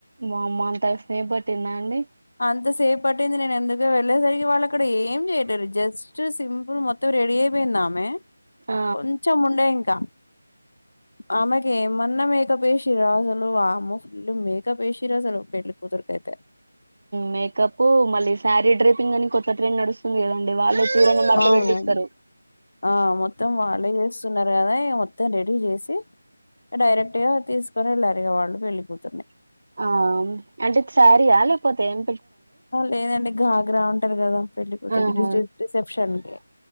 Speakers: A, on the right; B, on the left.
A: మా అమ్మ అంతా సేపు పట్టిందా అండి
B: అంత సేఫ్ పట్టింది నేను ఎందుకు వెళ్ళేసరికి వాళ్ళు అక్కడ ఏం చేయ్యారు జస్ట్ సింపుల్ మొత్తం రెడీ అయి <unintelligible> ఆమె
A: ఆ
B: కొంచెం ఉండే ఇంక ఆమెకి ఏమన్నా మేక్ అప్ ఎసిర అసలు వామ్మో ఫుల్ మేకప్ ఎస్సీరు అసలు పెళ్ళి కూ <unintelligible>
A: మేకప్ మళ్ళీ శారీ డ్రైపింగ్ అని కొత్త ట్రెండ్ నడుస్తుంది కదండి వాళ్ళే చీరని మడత
B: అవునం
A: పెట్టిస్తారు
B: ఆ మొత్తం వాళ్ళే చేస్తున్నారు కదా మొ త్తం రెడీ చేసి డైరెక్ట్ గా తీసుకొని వెళ్లరిగా వాళ్ళు పెళ్ళి కూతుర్ని
A: ఆ అంటే శారీయా లేకపోతే ఎం
B: లేదండి <unintelligible> అంటారు కదా పెళ్లి కూతురికి
A: ఆహా
B: రిసెప్షన్ కి